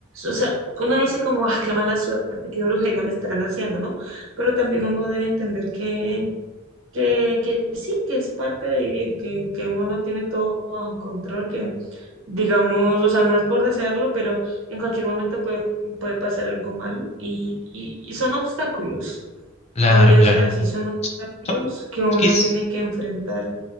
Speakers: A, on the right; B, on the left.
A: o sea, uno dice como, ah, qué mala suerte, qué brujería me estarán haciendo, ¿no? Pero también uno debe entender que, que, que sí, que es parte de vivir, que, que uno no tiene todo bajo control, que digamos, o sea, no es por desearlo, pero en cualquier momento puede, puede pasar algo malo y, y, y son obstáculos,
B: claro,
A: podría
B: claro.
A: ser así, son obstáculos
B: Son,
A: que uno
B: quiz-
A: tiene que enfrentar.